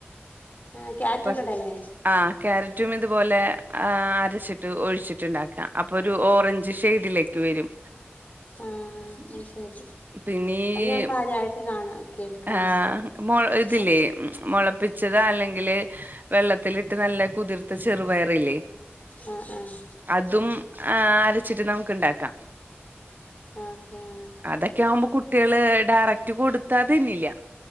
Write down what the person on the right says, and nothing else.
<unintelligible> ആഹ് ക്യാരറ്റും ഇതുപോലെ ആഹ് അരച്ചി ട്ട് ഒഴിച്ചിട്ട്ണ്ടാക്കാ അപ്പൊ ഒരു ഓറഞ്ച് ഷെയ്ഡിലേക്ക് വരും
ഉം.
പിന്നെ
ഈ
ആഹ് മൊ ഇതില്ലേ
മൊള പ്പിച്ചതാ അല്ലെങ്കില് വെള്ളത്തിലിട്ട് നല്ല കുതിർത്ത ചെറുപയറില്ലേ
അതും ആഹ് അരച്ചിട്ട് നമ്മക്ക് ഇണ്ടാക്കാം
അതൊക്കെ ആവുമ്പോ കുട്ടികള് ഡയറക്റ്റ് കൊടുത്താ തിന്നില്ലാ